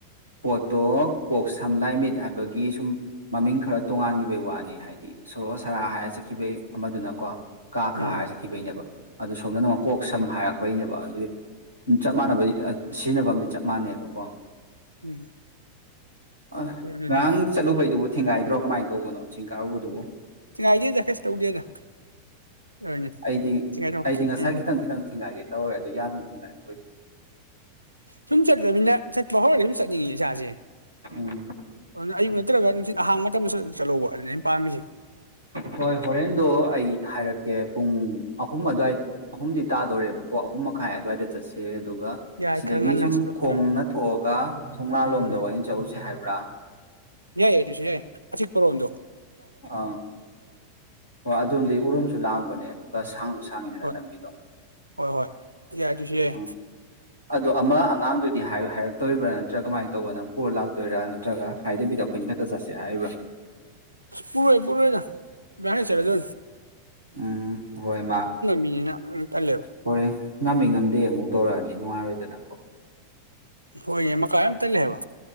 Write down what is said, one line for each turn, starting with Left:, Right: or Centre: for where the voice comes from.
Left: ꯄꯣꯠꯇꯣ ꯀꯣꯛ ꯁꯝ ꯂꯥꯏ ꯃꯤꯠ ꯍꯥꯏꯕꯒꯤ ꯁꯨꯝ ꯃꯃꯤꯡ ꯈꯔ ꯇꯣꯉꯥꯟꯈꯤꯕꯒꯤ ꯋꯥꯅꯤ ꯍꯥꯏꯗꯤ ꯁꯣꯔꯣꯛ ꯁꯔꯥ ꯍꯥꯏꯔ ꯆꯠꯈꯤꯕꯩ ꯑꯃꯗꯨꯅꯀꯣ ꯀꯥ
Right: ꯎꯝ
Left: ꯈꯥ ꯍꯥꯏꯖꯈꯤꯕꯩꯅꯦꯕ ꯑꯗꯨ ꯁꯣꯝꯗꯅ ꯑꯃꯛ ꯀꯣꯛ ꯁꯝ ꯍꯥꯏꯔꯛꯄꯩꯅꯦꯕ ꯑꯗꯨꯒꯤ ꯆꯞ ꯃꯥꯟꯅꯕꯩ ꯁꯤꯖꯤꯟꯅꯕ ꯑꯃꯗꯤꯝ ꯆꯞ ꯃꯥꯟꯅꯩꯕꯀꯣ
Right: ꯎꯝ
Left: ꯑ
Right: ꯑꯗꯨꯅꯤ
Left: ꯉꯥꯡ ꯆꯂꯨ ꯥꯏꯗꯨꯕꯨ ꯊꯦꯡꯒꯥꯏꯗ꯭ꯔꯣ ꯀꯃꯥꯏ ꯇꯧꯕꯅꯣ ꯆꯤꯡ ꯀꯥꯔꯨꯕꯗꯨꯕꯨ
Right: ꯆꯤꯡꯉꯥꯏꯗꯦꯗ ꯀꯩꯁꯨ ꯇꯧꯗꯦꯗ ꯑꯗꯨꯅꯤ
Left: ꯑꯩꯗꯤ
Right: ꯆꯤꯡꯉꯥꯏ ꯇꯧ
Left: ꯑꯩꯗꯤ ꯉꯁꯥꯏ
Right: ꯎꯝ
Left: ꯈꯤꯇꯪ ꯈꯤꯇꯪ ꯊꯤꯡꯒꯥꯏꯒꯦ ꯇꯧꯔꯦ ꯑꯗꯨ ꯌꯥꯝꯗꯤ ꯊꯤꯡꯉꯥꯏꯕ ꯑꯣꯏꯗꯦ
Right: ꯁꯨꯝ ꯆꯠꯇ꯭ꯔꯃꯤꯅ ꯆꯠꯄ ꯍꯧꯔꯒꯗꯤ ꯁꯨꯝ ꯆꯠꯅꯤꯡꯉꯤ ꯏꯁꯥꯁꯦ
Left: ꯎꯝ
Right: ꯑꯗꯨ ꯑꯌꯨꯛ ꯅꯠꯇ꯭ꯔꯒ ꯅꯨꯡꯁꯤꯠ ꯑꯍꯥꯡꯕ ꯃꯇꯝꯗꯁꯨ ꯆꯠꯂꯧꯕ ꯑꯗꯨꯅꯦ ꯑꯩꯅ ꯄꯥꯝꯃꯤꯁꯦ
Left: ꯍꯣꯏ ꯍꯣꯔꯦꯟꯗꯣ ꯑꯩ ꯍꯥꯏꯔꯛꯀꯦ ꯄꯨꯡ ꯑꯍꯨꯝ ꯑꯗꯨꯋꯥꯏ ꯑꯍꯨꯝꯗꯤ ꯇꯥꯗꯣꯔꯦꯕꯀꯣ ꯑꯍꯨꯝ ꯃꯈꯥꯏ ꯑꯗꯨꯋꯥꯏꯗ ꯆꯠꯁꯦ ꯑꯗꯨꯒ
Right: ꯌꯥꯏ
Left: ꯁꯤꯗꯒꯤ
Right: ꯈꯔ ꯉꯟꯅ
Left: ꯁꯨꯝ
Right: ꯆꯠꯄ
Left: ꯈꯣꯡꯅ
Right: ꯎꯝ
Left: ꯊꯣꯛꯑꯒ ꯊꯣꯡꯅꯥꯥ
Right: ꯎꯝ
Left: ꯂꯣꯝꯗ ꯑꯣꯏꯅ ꯆꯠꯂꯨꯁꯦ ꯍꯥꯏꯕ꯭ꯔꯥ
Right: ꯌꯥꯏ ꯌꯥ ꯑꯗꯨꯁꯨ ꯌꯥꯏ ꯑ ꯄꯔꯣꯟꯗꯣ
Left: ꯑꯥ ꯍꯣꯏ ꯑꯗꯨꯣꯝꯗꯤ ꯎꯔꯨꯝꯁꯨ ꯂꯥꯡꯕꯅꯦ ꯑꯗꯨꯒ ꯁꯥꯡꯁꯨ ꯁꯥꯡꯉꯤꯗꯅ
Right: ꯍꯣꯏ
Left: ꯂꯝꯕꯤꯗꯣ
Right: ꯍꯣꯏ ꯍꯣꯏ ꯌꯥꯏ ꯑꯗꯨꯁꯨ ꯌꯥꯏ
Left: ꯎꯝ ꯑꯗꯣ ꯑꯃ ꯑꯉꯥꯡꯗꯨꯗꯤ ꯍꯥꯏꯌꯨ ꯍꯥꯏꯔ ꯆꯠꯇꯣꯔꯤꯕ꯭ꯔꯥ ꯅꯠꯇ꯭ꯔꯒ ꯀꯃꯥꯏꯅ ꯇꯧꯕ ꯅꯪ ꯄꯨꯔ ꯂꯥꯛꯇꯣꯏꯔꯥ ꯅꯠꯇ꯭ꯔꯒ ꯍꯥꯏꯗꯕꯤꯗ ꯑꯩꯈꯣꯏꯅꯤ ꯈꯛꯇ ꯆꯠꯁꯦ ꯍꯥꯏꯔꯤꯕ꯭ꯔꯥ
Right: ꯄꯨꯔ ꯄꯔ ꯌꯥꯅꯤꯁꯔꯖ
Left: ꯎꯝ ꯍꯣꯏ ꯃꯥ
Right: ꯃꯤꯅꯤꯅ ꯎꯝ ꯇꯜꯂꯦꯕ
Left: ꯍꯣꯔꯦꯟ ꯉꯝꯅꯤ ꯉꯝꯗꯦ ꯑꯃꯨꯛ ꯇꯧꯔꯛꯑꯗꯤ ꯗꯤ ꯅꯨꯡꯉꯥꯏꯔꯣꯏꯗꯅꯀꯣ
Right: ꯍꯣꯏ ꯌꯥꯡ ꯃꯈꯥ ꯌꯥꯝ ꯇꯂꯦ ꯍꯥꯏꯕ